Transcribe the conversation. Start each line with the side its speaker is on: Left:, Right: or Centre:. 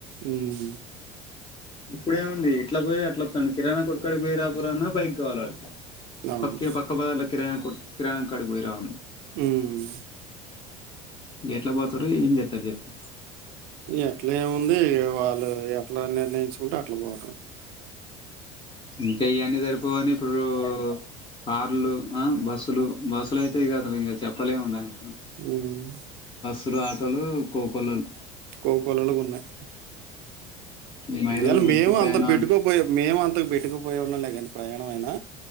Right: ఉమ్
Left: ఇప్పుడేముంది ఇట్లా పోయి అట్లా వత్తాండు కిరాణా కొట్టు కాడికి పోయి రాపోర అన్నా బైక్ కావాలి వాడికి
Right: అవును.
Left: పక్కే పక్క బజర్ల కిరాణం కిరాణం కాడి పోయి రాల
Right: హ్మ్.
Left: గేట్లా పోతరు ఏం చెత్తరు జెప్పు
Right: ఎట్లాముంది ఇగ వాళ్ళు ఎట్లా నిర్ణయించుకుంటే అట్లా పోటమే
Left: ఇంకా ఇయన్నీ జరిపోవని ఇప్పుడు కార్లు ఆ బస్సు అసలు బస్సులు అయితే ఇగ అసలు ఇంగ చెప్పలేం ఉండాలి
Right: ఉమ్
Left: పలు ఆటోలు కోకన్నలు
Right: కోకోలాలుగున్నాయి
Left: ఈ మహిళలకు
Right: ఇవాళ
Left: ఉచిత
Right: మేము
Left: ప్రయాణం
Right: అంత పెట్టుకుపోయ
Left: అంటే
Right: మేము అంత పెట్టుకుపోవాళ్ళం లే కానీ ప్రయాణం అయినా